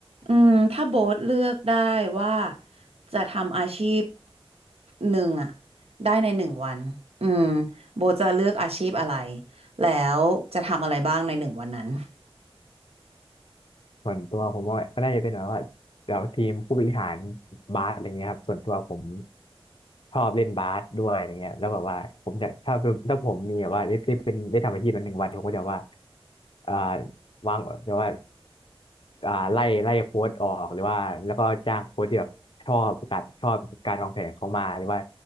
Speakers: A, on the right (about 70°); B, on the left (about 55°).
A: อืมถ้าโบ๊ทเลือกได้ว่าจะทำอาชีพหนึ่งอะได้ในหนึ่งวันอืมโบ๊ทจะเลือกอาชีพอะไรแล้วจะทำอะไรบ้างในหนึ่งวันนั้น
B: ส่วนตัวผมว่าก็น่าจะเป็นแบบว่าแบบว่าทีมผู้บริหารบาสอะไรเงี้ยครับส่วนตัวผมชอบเล่นบาสด้วยอะไรเงี้ยแล้วแบบว่าผมจะถ้าเป็นถ้าผมมีแบบว่าได้ได้เป็นได้ทำอาชีพนั้นหนึ่งวันผมก็จะว่าอ่าวางจะว่าอ่าไล่ไล่โค้ชออกหรือว่าแล้วก็จ้างโค้ชที่แบบชอบการชอบการวางแผนเขามาหรือว่า